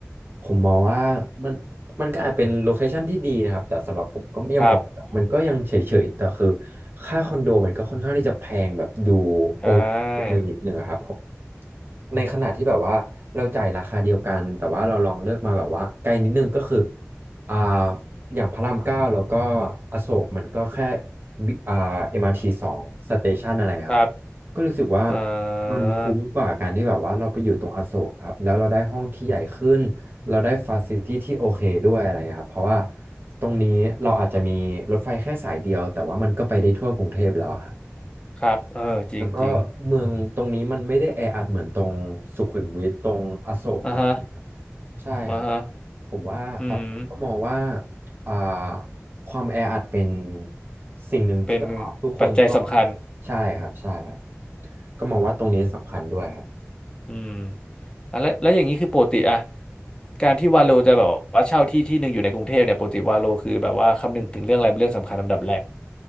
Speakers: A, on the right; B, on the left.
A: ผมมองว่ามันมันก็อาจเป็นโลเคชันที่ดีนะครับแต่สำหรับผมก็ยังมองแบบมันก็ยังเฉยๆแต่คือ
B: ครับ
A: ค่าคอนโดมันก็ค่อนข้างที่จะแพงแบบดูโอ
B: ใช่
A: ไปนิดนึงอะครับผมในขณะที่แบบว่าเราจ่ายราคาเดียวกันแต่ว่าเราลองเลือกมาแบบว่าไกลนิดนึงก็คืออ่าอย่างพระรามเก้าแล้วก็อโศกมันก็แค่บิอ่าเอ็มอาร์ทีสองสเตชันอะไรครับ
B: ครับ
A: ก็รู้สึกว่า
B: อ่า
A: มันคุ้มกว่าการที่แบบว่าเราไปอยู่ตรงอโศกครับแล้วเราได้ห้องที่ใหญ่ขึ้นเราได้ฟาซิลิตี้ที่โอเคด้วยอะไรเงี้ยครับเพราะว่าตรงนี้เราอาจจะมีรถไฟแค่สายเดียวแต่ว่ามันก็ไปได้ทั่วกรุงเทพแล้วอะครับ
B: ครับเออจริงจริง
A: แล้วก็เมืองตรงนี้มันไม่ได้แออัดเหมือนตรงสุขุมวิทตรงอโศกตรง
B: อ่าฮะ
A: ใช่ครับ
B: อ่าฮะ
A: ผมว่าอ่ะผมก็มองว่า
B: อืม
A: อ่าความแออัดเป็นสิ่งหนึ่งที่แบบว่าทุกคนต้อง
B: เป็นปัจจัยสำคัญ
A: ใช่ครับใช่ครับก็มองว่าตรงนี้สำคัญด้วยครับ
B: อืมอ่ะแล้วแล้วอย่างนี้คือปกติอะการที่วาโลจะแบบว่าเช่าที่ที่หนึ่งอยู่ในกรุงเทพเนี่ยปกติวาโลคือแบบว่าคำนึงถึงเรื่องอะไรเป็นเรื่องสำคัญลำดับแรก